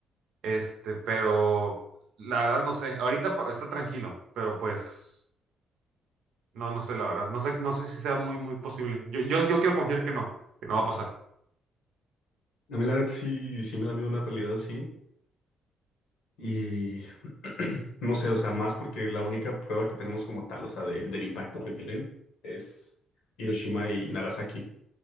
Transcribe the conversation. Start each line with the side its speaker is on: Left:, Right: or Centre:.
Right: Este, pero la verdad no sé, ahorita pa- está tranquilo, pero pues... No, no sé, la verdad. No sé, no sé si sea muy, muy posible. Yo, yo, yo quiero confiar que no, que no va a pasar.
Left: A mí la neta sí, sí me da miedo una realidad así, y <clears throat> no sé, o sea, más porque la única prueba que tenemos como tal, o sea, de- del impacto que tienen es Hiroshima y Nagasaki.